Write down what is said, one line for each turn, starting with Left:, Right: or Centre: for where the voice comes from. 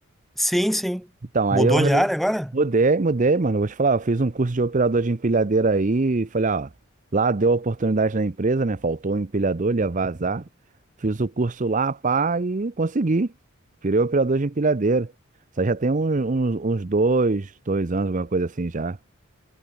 Centre: Sim, sim.
Right: Então, aí
Centre: Mudou
Right: eu re-
Centre: de área agora?
Right: mudei, mudei, mano. Vou te falar, eu fiz um curso de operador de empilhadeira aí e falei, ó, lá deu a oportunidade na empresa, né? Faltou um empilhador, ele ia vazar. Fiz o curso lá, pá, e consegui. Virei operador de empilhadeira. Isso aí já tem uns, uns, uns dois, dois anos, alguma coisa assim já.